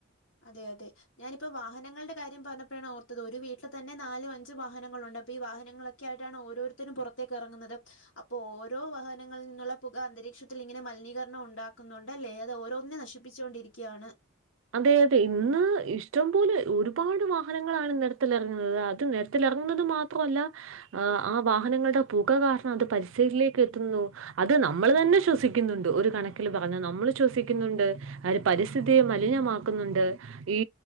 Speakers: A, on the left; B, on the right.
A: അതെ അതെ ഞാനിപ്പോ വാഹനങ്ങൾടെ കാര്യം പറഞ്ഞപ്പഴാണ് ഓർത്തത് ഒരു വീട്ട് തന്നെ നാലും അഞ്ചും വാഹനങ്ങളുണ്ട്. അപ്പ ഈ വാഹനങ്ങളൊക്കെ ക്കെ ആയിട്ടാണ് ഓരോരുത്തരും പൊറത്തേക്ക് എറങ്ങുന്നത്. അപ്പൊ ഓരോ വഹനങ്ങളിൽ നിന്നുള്ള പുക അന്തരീക്ഷത്തിൽ ഇങ്ങനെ മലിനീകരണം ഉണ്ടാക്കുന്നുണ്ടല്ലേ? അത് ഓരോന്നിനെ നശിപ്പ പ്പിച്ചോണ്ടിരിക്ക്യാണ്.
B: അതെ അതെ ഇന്ന് ഇഷ്ടം പോലെ ഒരുപാട് വാഹനങ്ങളാണ് നെര് ത്തെലെറങ്ങുന്നത്. അത് നെര്ത്തിലിറങ്ങുന്നത് മാ ത്രല്ല ആ ആ വാഹനങ്ങളുടെ പുക കാരണം അത് പരിസ്ഥിതിയിലേക്ക് എത്തുന്നു. അത് നമ്മൾ തന്നെ ശ്വസിക്കുന്നുണ്ട്. ഒരു കണക്കിൽ പറഞ്ഞ നമ്മൾ ശ്വസിക്കുന്നുണ്ട്. അത് പരിസ്ഥിതിയും മലിനമാക്കുന്നുണ്ട് ഈ